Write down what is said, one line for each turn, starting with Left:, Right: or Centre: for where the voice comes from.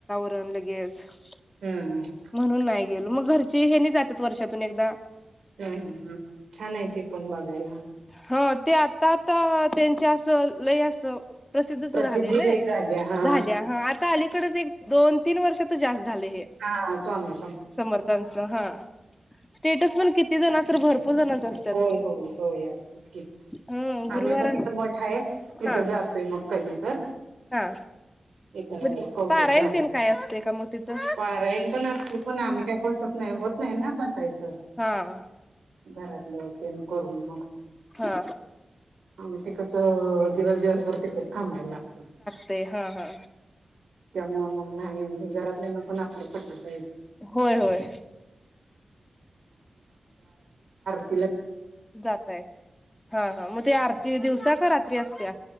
Left: <inaudible>
Right: हम्म हम्म.
Left: म्हणून नाही मग घरची हेनी जातात वर्षातून एकदा.
Right: हम्म हम्म हम्म छान आहे ते पण बघायला.
Left: हा ते आता आता त्यांच्या अस लयं असं. प्रसिद्धच
Right: प्रसिद्धी
Left: झालंय ना
Right: लय झाली हा
Left: झाल्या हा आता अलीकडच एक दोन तीन वर्षात जास्त- झाले हे.
Right: हा स्वामी
Left: समर्थांच हा. स्टेटस पण किती जनांच तरं भरपूर- जणांच असतात
Right: होय होय होय, असतेच की
Left: हम्म गुरुवार
Right: आम्ही पण हित मठ- आहे तिथं
Left: हा
Right: जातोय मगं कधी तरं.
Left: हा.
Right: इथ
Left: म्हणजे
Right: कवठ्यात
Left: पारायण
Right: झालंय
Left: तेन काय असते का मग तिथं
Right: पारायण पण असतील पण आम्ही काही बसत नाही. होत नाही ना बसायचं.
Left: हा.
Right: घरातलं तेन करून मग
Left: हा
Right: मग ते कसं दिवस दिवसभर तिकडेच थांबायला लागते
Left: ते हा हा
Right: त्यामुळे मग नाही मी घरातल्या ना पण आपल्या पटत
Left: होय होय
Right: <inaudible>
Left: जातय हा हा मग ते आरती दिवसा का रात्री असत्या?